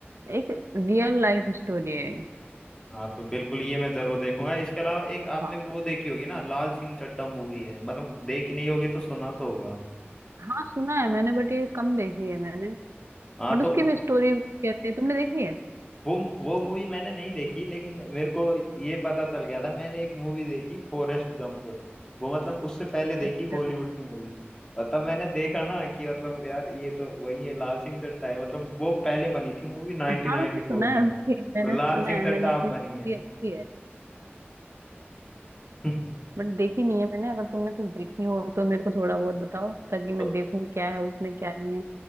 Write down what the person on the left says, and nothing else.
हाँ तो बिल्कुल ये मैं जरूर देखूंगा इसके अलावा एक
आपने वो देखी होगी ना लाल सिंह चड्ढा मूवी है मतलब देखी नहीं होगी तो सुना तो होगा
हाँ
तो
वो वो मूवी मैंने नहीं देखी लेकिन मेरे को ये पता चल गया था मैंने एक मूवी देखी फॉरेस्ट गंप वो मतलब उससे पहले देखी
हॉलीवुड की मूवी और तब मैंने देखा ना कि मतलब यार ये तो वही है लाल सिंह चड्ढा है मतलब वो पहले बनी थी मूवी 1994
में
और लाल
सिंह
चड्ढा
अब
बनी
है
<laughs>
तो